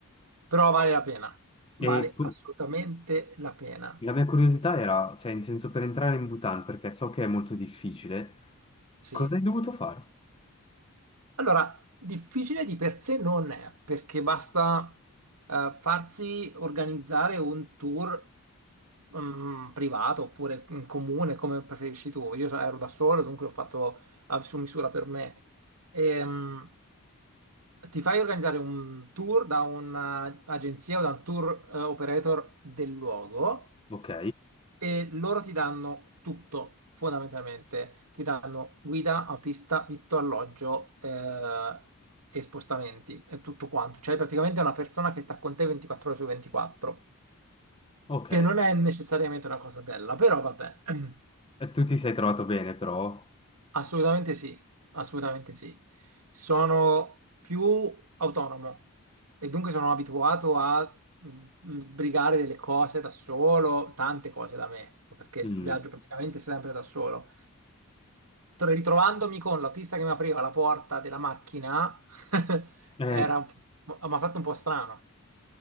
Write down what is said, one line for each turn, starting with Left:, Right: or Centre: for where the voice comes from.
Right: Però vale la pena,
Left: E,
Right: vale assolutamente la pena.
Left: La mia curiosità era, cioè, in senso per entrare in Bhutan, perché so che è molto difficile,
Right: Sì.
Left: cosa hai dovuto fare?
Right: Allora, difficile di per sé non è, perché basta eh, farsi organizzare un tour mm, privato oppure in comune, come preferisci tu. Io so- ero da solo, dunque l'ho fatto eh, su misura per me. Ehm, ti fai organizzare un tour da un'agenzia o da un tour eh, operator del luogo
Left: Ok,
Right: e loro ti danno tutto, fondamentalmente. Ti danno guida, autista, vitto, alloggio eh, e spostamenti, è tutto quanto. Cioè, praticamente è una persona che sta con te 24 ore su 24,
Left: ok.
Right: che non è necessariamente una cosa bella, però vabbè, <clears throat>
Left: E tu ti sei trovato bene, però?
Right: assolutamente sì, assolutamente sì. Sono più autonomo e dunque sono abituato a s- sbrigare delle cose da solo, tante cose da me, perché
Left: Mm.
Right: viaggio praticamente sempre da solo. tro- ritrovandomi con l'autista che mi apriva la porta della macchina, <laughs>
Left: Eh,
Right: era un po'- mi ha fatto un po' strano,